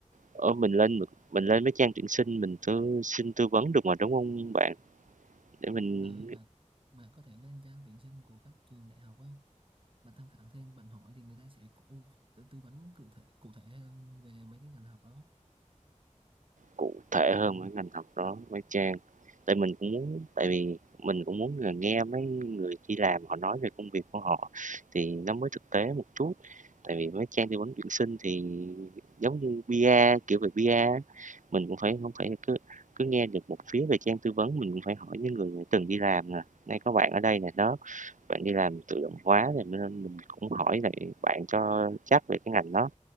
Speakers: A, on the right; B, on the right.
A: ở mình lên mình lên mấy trang tuyển sinh mình tư xin tư vấn được mà, đúng không bạn? Để mình
B: Ờ, bạn bạn có thể lên trang tuyển sinh của các trường đại học á bạn tham khảo thêm bạn hỏi thì người ta sẽ cố, tư, tư vấn cụ thể cụ thể hơn về mấy cái ngành học đó
A: cụ thể hơn
B: ừ.
A: với ngành học đó với Trang. Tại mình cũng muốn tại vì mình cũng muốn là nghe mấy người đi làm họ nói về công việc của họ thì nó mới thực tế một chút. Tại vì với Trang tư vấn tuyển sinh thì giống như PR, kiểu về PR, á, mình cũng phải không phải cứ cứ nghe được một phía về Trang tư vấn mình cũng phải hỏi những người đã từng đi làm nè. Nay có bạn ở đây nè đó, bạn đi làm tự động hóa rồi nên mình cũng hỏi lại bạn cho chắc về cái ngành đó,